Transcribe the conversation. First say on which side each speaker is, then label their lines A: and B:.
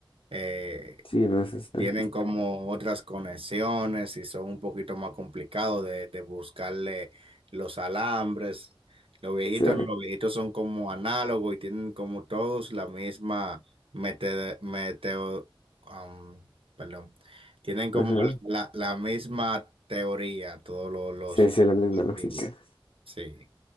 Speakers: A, on the right; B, on the left.
A: eh,
B: Sí, no es hasta-
A: tienen como otras conexiones y son un poquito más complicados de, de buscarle los alambres. Los viejitos,
B: Sí,
A: no, los viejitos son como análogos y tienen como todos la misma mete- meteo, am, perdón, tienen como
B: ajá.
A: la, la misma teoría, todos los, los
B: Sí, sí, la misma
A: antiguos.
B: lógica.
A: Sí,